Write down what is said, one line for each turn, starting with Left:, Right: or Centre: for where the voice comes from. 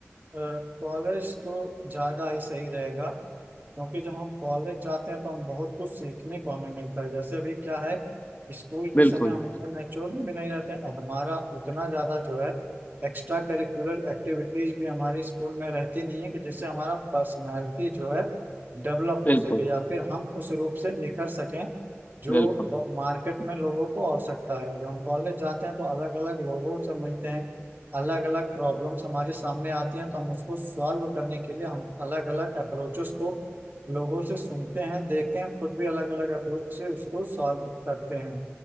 Right: कॉलेज तो ज़्यादा ही सही रहेगा क्योंकि जब हम कॉलेज जाते हैं तो हम बहुत कुछ सीखने को हमें मिलता है जैसे अभी क्या है स्कूल
Left: बिल्कुल
Right: के समय हम उतना नेचुरल में भी नहीं रहते हैं और हमारा उतना ज़्यादा जो है एक्स्ट्रा करिकुलर एक्टिविटीज भी हमारे स्कूल में रहती नहीं है कि जिससे हमारा पर्सनालिटी जो है डेवलप
Left: बिल्कुल
Right: हो सके या फिर हम उस रूप से निखर सकें जो
Left: बिल्कुल
Right: मार्केट में लोगों को आवश्यकता है जब हम कॉलेज जाते हैं तो अलग अलग लोगों से मिलते हैं अलग अलग प्रॉब्लम्स हमारे सामने आती हैं तो हम उसको सॉल्व करने के लिए हम अलग अलग अप्रोचेस को लोगों से सुनते हैं देखते हैं खुद भी अलग अलग अप्रोच से उसको सॉल्व करते हैं